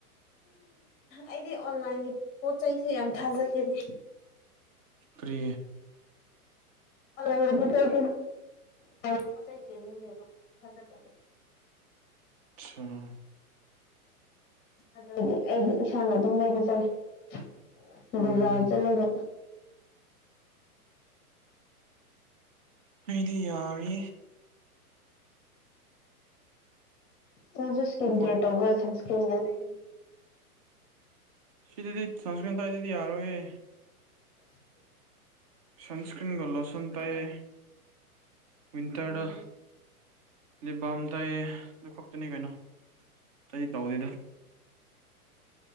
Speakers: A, on the left; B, on the right.
A: ꯑꯩꯗꯤ ꯑꯣꯟꯂꯥꯏꯟꯒꯤ ꯄꯣꯠ ꯆꯩꯩꯁꯦ ꯌꯥꯝ ꯊꯥꯖꯗꯦꯅꯦ
B: ꯄ꯭ꯔꯤ
A: ꯑꯗꯤ ꯊꯥꯏ ꯀ ꯄꯣ ꯆꯩ ꯇꯗꯕ ꯊꯖꯗꯕ
B: ꯑ
A: ꯑꯗꯨꯗꯤ ꯑꯩꯗꯤ ꯏꯁꯥꯅ ꯑꯗꯨꯝ ꯂꯩꯕ ꯆꯠꯂꯦ
B: ꯎꯝ
A: ꯖꯥ ꯆꯂꯒ
B: ꯑꯩꯗꯤ ꯌꯥꯔ
A: ꯅꯁꯨ ꯏꯁꯀꯤꯟ
B: ꯄꯣꯠ
A: ꯀꯦꯔ ꯇꯧꯕ꯭ꯔ ꯏꯁ ꯂꯩ
B: ꯁꯤꯗꯤꯗꯤ ꯁꯁꯀ꯭ꯗꯗꯗꯤ ꯌꯥꯔꯣꯌꯦ
A: <inaudible>
B: ꯁꯟꯁꯀ꯭ꯔꯤꯟꯒ ꯂꯣꯁꯣꯟꯟ ꯇꯥꯏꯌꯦ
A: ꯂꯣꯏꯅ
B: ꯋꯟꯇꯔ
A: ꯎꯝ
B: ꯂꯩꯝ ꯇ ꯛꯇꯅꯤ ꯀꯩꯅꯣ ꯑꯩ ꯇꯧꯗꯦꯗ